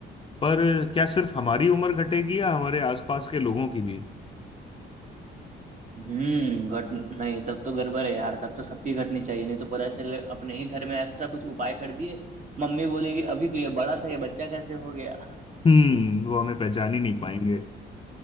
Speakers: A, on the left; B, on the right.
A: पर क्या सिर्फ हमारी उम्र घटेगी या हमारे आसपास के लोगों की भी
B: हम्म घट नहीं तब तो गड़बड़ है यार तब तो सबकी घटनी चाहिए नहीं तो पता चले अपने ही घर में ऐसा कुछ उपाय कर दिए मम्मी बोलेगी अभी तो ये बड़ा था ये बच्चा कैसे हो गया
A: हम्म वो हमें पहचान ही नहीं पाएंगे